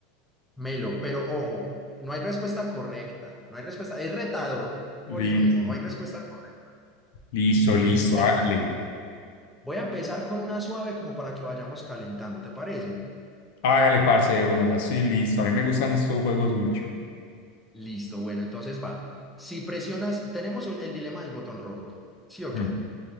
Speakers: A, in the centre; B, on the left (about 70°).
A: Melo, pero ojo, no hay respuesta correcta, no hay respuesta, es retador,
B: Listo,
A: por eso mismo, no hay respuesta correcta.
B: listo, listo,
A: Bueno,
B: hágale.
A: voy a empezar con una suave como para que vayamos calentando, ¿te parece?
B: Hágale, parce, de una, ya estoy listo. A mí me gustan estos juegos mucho.
A: Listo, bueno, entonces va. Si presionas, tenemos el dilema del botón rojo, ¿sí o
B: Mm,
A: qué?